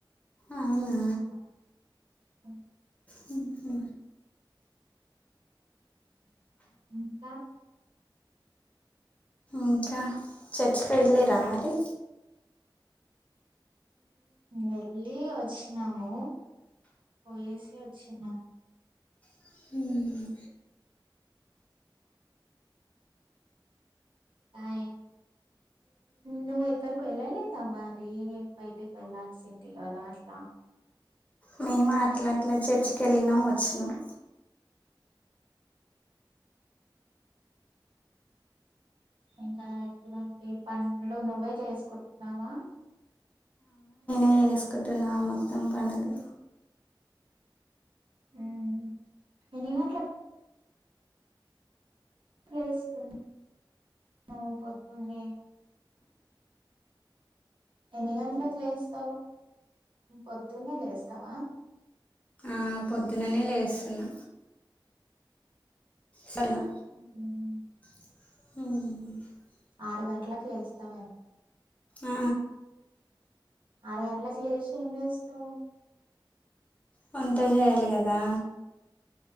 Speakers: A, on the left; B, on the right.
A: అవునా
B: కూర్చున్న అ
A: హ
B: ఇంకా
A: ఇంకా చర్చ వెళ్ళిరా మరి
B: వెళ్ళి వచ్చినాము పోయేసి వచ్చినాము
A: హమ్
B: య నువ్వు ఎక్కడికి వెళ్ళలేదా మరీ బయటికి వెళ్లాాల్సింది కదా అట్లా
A: మేము ఆట్లాట్లా చేర్చక వెళ్ళినాం వచ్చినామ్
B: ఇంకా ఎట్వంటి పన్లు నువ్వే చేసుకుంటున్నావా
A: నేనె చేసుకుంటేన్నా మొత్తం పనులు
B: హ్మ్మ్ ఎన్ని గంటలకి లేస్తుంది నువ్వు పొద్దున్నే ఎన్ని గంటలకు లేస్తావు పొద్దున్నే లేస్తావా
A: ఆ పొద్దుననే లేస్తున్నా సార్లా
B: ఉమ్
A: ఉమ్
B: ఆరు గంటలలకు లేస్తవేమో
A: ఆ
B: ఆరుగంటలకు లేచి ఏం చేస్తావ్
A: వంటే చేయాలి కదా